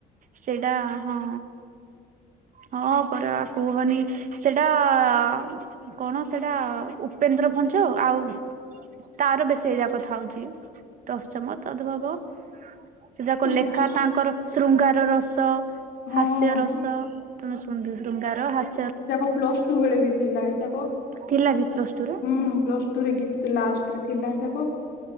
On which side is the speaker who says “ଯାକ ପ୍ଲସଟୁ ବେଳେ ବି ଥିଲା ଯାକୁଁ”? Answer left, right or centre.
Left